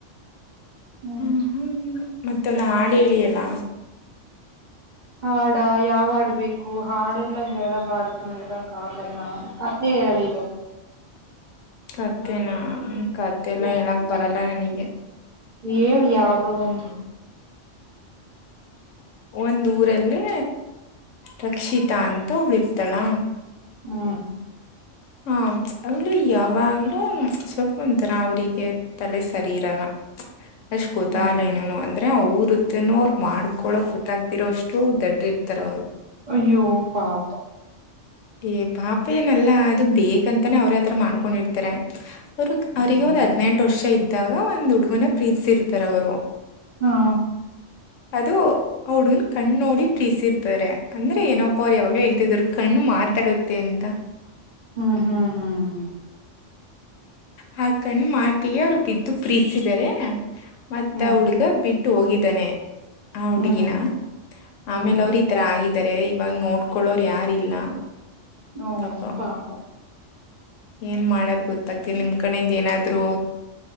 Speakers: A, on the right; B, on the left.
A: ಹ್ಮ್
B: ಹ್ಮ ಹ್ಮ ಮತ್ತೊಂದು ಹಾಡು ಹೇಳಿಯಲ್ಲ
A: ಹಾಡ ಯಾವ ಹಾಡ್ಬೇಕು ಹಾಡೆಲ್ಲಾ ಹೇಳಬಾರ್ದು ಹೇಳಕ್ ಆಗನಾ ನೀ ಹೇಳಿದ್ದ
B: ಕತ್ತನಾ ಕತ್ತೆಲ್ಲ
A: ಹ್ಮ್
B: ಹೇಳಕ್ ಬರಲ್ಲ ನನಗೆ
A: ಹೇಳಿ ಯಾವ್ದೋ ಒಂದು
B: ಒಂದ ಊರಲ್ಲೇ ರಕ್ಷಿತಾ ಅಂತ ಹಬ್ಳಿರ್ತ ಕಲಾ
A: ಹ್ಮ
B: ಹ ಅವ್ಳ ಯಾವಾಗ್ಲೂ ಸ್ವಲ್ಪ ಒಂಥರ ಅವ್ರಿಗೆ ತಲೆ ಸರಿ ಇರಲ್ಲ ಅಷ್ಟ್ ಗೊತ್ತ
A: ಹ್ಮ್
B: ಅಲ್ಲ ಏನು ಅಂದ್ರೆ ಅವರುದ ಮನ ಅವ್ರು ಮಾಡ್ಕೊಳೋ ಗೊತ್ತಾಗದಿರೋ ಅಷ್ಟು ದೊಡ್ಡ ಇರ್ತಾರ ಅವ್ರು
A: ಅಯ್ಯೋ ಪಾಪ
B: ಏ ಪಾಪೇನಲ್ಲ ಅದು ಬೇಕಂತಾನೇ ಅವ್ರತ್ರ ಮಾಡ್ಕೊಂಡಿರ್ತಾರೆ ಅವರು
A: ಹ್ಮ್
B: ಅವರಿಗೆ ಒಂದ್ ಹದ್ನೆೆಂಟು ವರ್ಷ ಇದ್ದಾಗ ಒಂದ್ ಹುಡುಗನ ಪ್ರೀತಿಸಿರ್ತಾರ ಅವ್ರು
A: ಹಾ
B: ಅದು ಅವಡ ಕಣ್ಣ್ ನೋಡಿ ಪೀಸರ್ತಾರೆ ಅಂದ್ರೆ ಏನಪ್ಪ ಅವರು ಯಾವಾಗ್ಲೇ ಹೇಳ್ತಿದರು ಕಣ್ಣು ಮಾಾರ್ ಮಾತಾಡುತ್ತೆ ಅಂತ
A: ಹ್ಮ್ ಹ್ಮ್ ಹ್ಮ್ ಹ್ಮ್
B: ಹಾಕಂಡ ಮಾತಿಗೆ ಅವರು ಬಿದ್ದು ಪ್ರೀಸಿದಿದ್ದಾರೆ ಮತ್ತ
A: ಹ್ಮ್
B: ಹುಡ್ಗ ಬಿಟ್ಟು ಹೋಗಿದ್ದಾನೆ ಹ ಹುಡ್ಗಿನ
A: ಹ್ಮ್ ಹ್ಮ್ ಹ್ಮ್
B: ಆಮೇಲ್
A: ಹ್ಮ್
B: ಅವ್ರ ಈತರ ಆಗಿದ್ದಾರೆ ಇವಾಗ ನೋಡ್ಕೊಳೋರು ಯಾರಿಲ್ಲ
A: ಓ
B: ಪಾಪ
A: ಪಾಪಾ
B: ಏನ್ ಮಾಡದ್ ಗೊತ್ತಾಗ್ತಿ ನಿಮ್ ಕಡಿಂದ ಏನಾದ್ರು